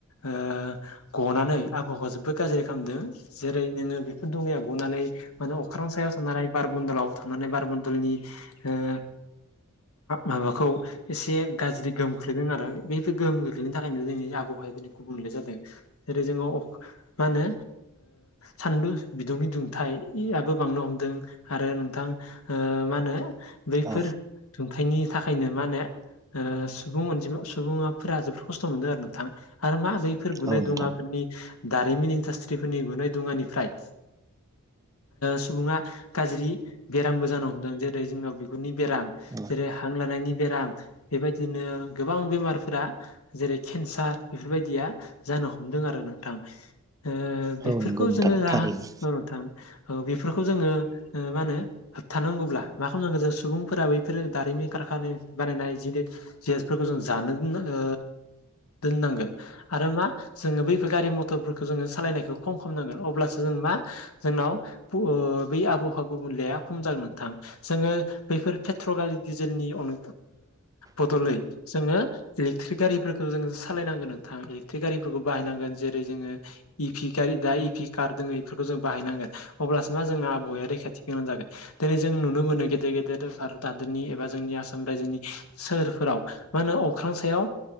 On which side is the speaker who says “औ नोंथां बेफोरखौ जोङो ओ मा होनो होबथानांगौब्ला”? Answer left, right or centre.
Left